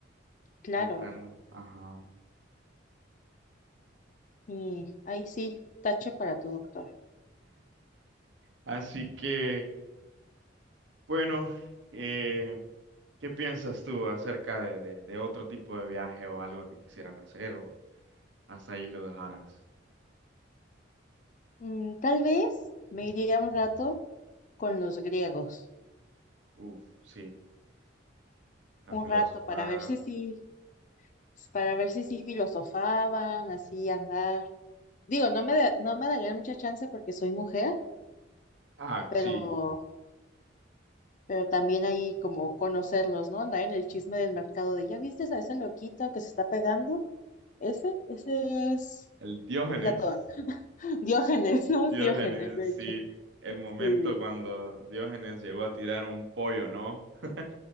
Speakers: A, on the left (about 40°); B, on the right (about 70°).
A: claro.
B: comprendo. Ajá.
A: Y ahí sí, tache para tu doctor.
B: Así que, bueno, eh, ¿qué piensas tú acerca de, de, de otro tipo de viaje o algo que quisieras hacer o hasta ahí lo dejarás?
A: Mm, tal vez me iría un rato con los griegos,
B: Uf, sí, a
A: un
B: filosofar.
A: rato para ver si sí, para ver si sí filosofaban, así andar. Digo, no me, da- no me darían mucha chance porque soy mujer,
B: Ah,
A: pero,
B: sí,
A: pero también ahí como conocerlos, ¿no? Andar en el chisme del mercado de, ¿ya viste a ese loquito que se está pegando? Ese, ese es
B: el Diógenes.
A: Platón, <laughs> Diógenes, ¿no? Es
B: Diógenes,
A: Diógenes, de
B: sí.
A: hecho,
B: El momento
A: sí.
B: cuando Diógenes llegó a tirar un pollo, ¿no? <laughs>